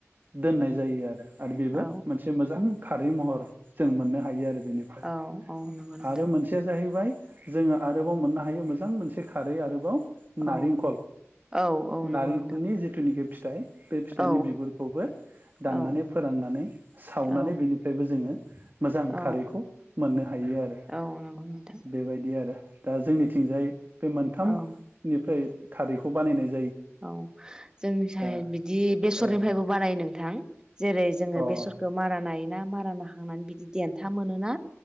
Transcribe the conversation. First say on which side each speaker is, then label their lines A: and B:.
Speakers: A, on the right; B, on the right.
A: दोननाय जायो आरो आरो बेबो
B: औ
A: मोनसे मोजां खारै महर जों मोननो हायो आरो बेनिफ्राय
B: औ औ नंगौ नोंथां
A: आरो मोनसेया जाहैबाय जोङो आरोबाव मोननो हायो मोजां मोनसे खारै आरोबाव
B: औ
A: नारेंखल
B: औ औ
A: नारेंखलनि
B: नंगौ नोंथां
A: जिथुनिखि फिथाइ बे फिथाइनि
B: औ
A: बिगुरखौबो
B: औ
A: दाननानै फोराननानै सावनानै
B: औ
A: बेनिफ्रायबो जोङो मोजां
B: औ
A: खारैखौ मोननो हायो आरो
B: औ नंगौ नोंथां
A: बेबायदि आरो दा जोंनिथिंजाय बे मोनथामनिफ्राय
B: औ
A: थारिख खौ बानायनाय
B: औ जोंनिसाय
A: दा
B: बिदि बेसरनिफ्रायबो
A: औ
B: बानायो नोंथां जेरै जोङो
A: अ
B: बेसरखौ मारानाय ना मारानाखांनानै बिदि देनथा मोनोना